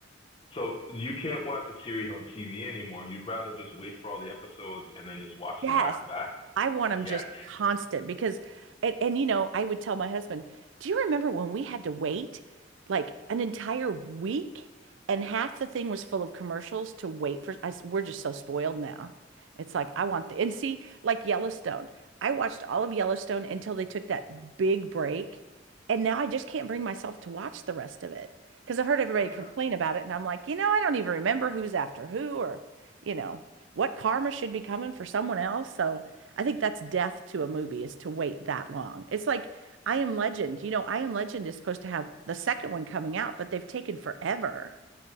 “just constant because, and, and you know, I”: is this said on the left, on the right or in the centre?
Right